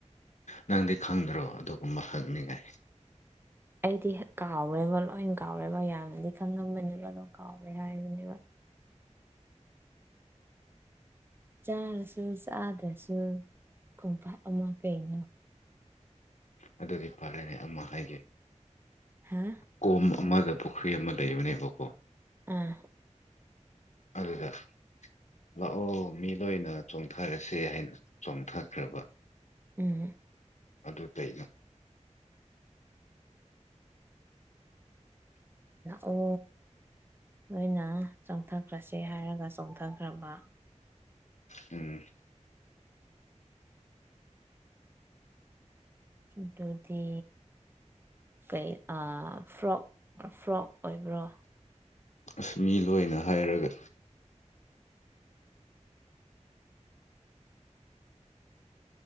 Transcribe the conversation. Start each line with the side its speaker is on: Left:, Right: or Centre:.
Left: ꯅꯪꯗꯤ ꯈꯪꯗ꯭ꯔꯣ ꯑꯗꯨꯒꯨꯝꯕ ꯍꯪꯅꯤꯡꯉꯥꯏ
Right: ꯑꯩꯗꯤ ꯀꯥꯎꯔꯦꯕ ꯂꯣꯏ ꯀꯥꯎꯔꯦꯕ ꯃꯌꯥꯝꯁꯤꯗꯤ ꯈꯪꯉꯝꯕꯅꯦꯕ ꯑꯗꯣ ꯀꯥꯎꯔꯦ ꯍꯥꯏꯕꯅꯦꯕ ꯆꯥꯔꯁꯨ ꯆꯥꯗ꯭ꯔꯁꯨ ꯈꯣꯡꯄꯥꯛ ꯑꯃ ꯄꯦꯡꯂꯣ
Left: ꯑꯗꯨꯗꯤ ꯐꯔꯦꯅꯦ ꯑꯃ ꯍꯥꯏꯒꯦ
Right: ꯍꯥ
Left: ꯀꯣꯝ ꯑꯃꯗ ꯄꯨꯈ꯭ꯔꯤ ꯑꯃ ꯂꯩꯕꯅꯦꯕꯀꯣ
Right: ꯑꯥ
Left: ꯑꯗꯨꯗ ꯂꯥꯛꯑꯣ ꯃꯤ ꯂꯣꯏꯅ ꯆꯣꯡꯊꯔꯁꯦ ꯍꯥꯏꯅ ꯆꯣꯡꯊꯈ꯭ꯔꯕ
Right: ꯎꯝ
Left: ꯑꯗꯨ ꯀꯩꯅꯣ
Right: ꯑꯣ ꯅꯣꯏꯅ ꯆꯣꯡꯊꯈ꯭ꯔꯁꯦ ꯍꯥꯏꯔꯒ ꯆꯣꯡꯊꯈ꯭ꯔꯕ
Left: ꯎꯝ
Right: ꯑꯗꯨꯗꯤ ꯀꯩ ꯐ꯭ꯔꯣꯛ ꯐꯣꯔꯣꯛ ꯑꯣꯏꯕ꯭ꯔꯣ
Left: ꯑꯁ ꯃꯤ ꯂꯣꯏꯅ ꯍꯥꯏꯔꯒ